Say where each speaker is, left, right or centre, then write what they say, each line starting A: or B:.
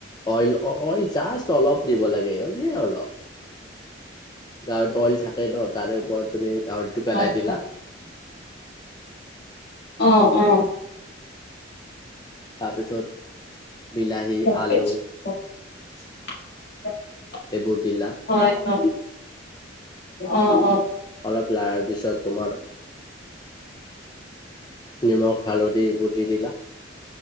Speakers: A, on the left; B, on the left.
A: অইল অ অইল জাষ্ট অলপ দিব লাগে এনেই অলপ, গাহৰিতটো অইল থাকে ন তাৰে ওপৰত তুমি গাহৰিটো পেলাই
B: হয়
A: দিলা।
B: হয় অ, অ।
A: তাৰপিছত বিলাহী
B: <unintelligible>
A: আলু এইবোৰ দিলা
B: হয় হয় অ অ।
A: অলপ লাৰ পিছত তোমালোক নিমখ হালধি এইবোৰ দি দিলা।